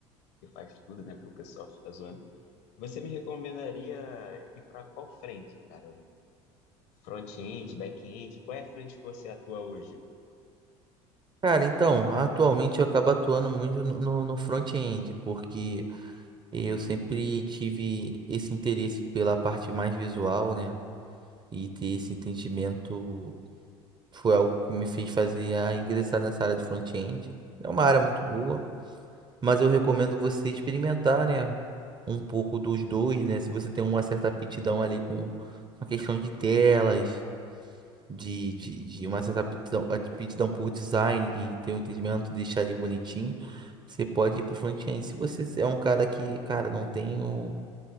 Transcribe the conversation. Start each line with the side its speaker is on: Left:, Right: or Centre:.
Left: que faz tudo, né? Que o pessoal fica zoando. Você me recomendaria ir para qual frente, cara? Front-end, back-end? Qual é a frente que você atua hoje?
Right: Cara, então, atualmente eu acabo atuando muito no, no no front-end, porque eu sempre tive esse interesse pela parte mais visual, né? E ter esse entendimento foi algo que me fez fazer a ingressar nessa área do front-end. É uma área muito boa. Mas eu recomendo você experimentar, né? Um pouco dos dois, né? Se você tem uma certa aptidão ali com a questão de telas, de, de, de uma certa aptidão, aptidão por design, de ter um entendimento, deixar ali bonitinho, você pode ir pro front-end. Se você é um cara que, cara, não tenho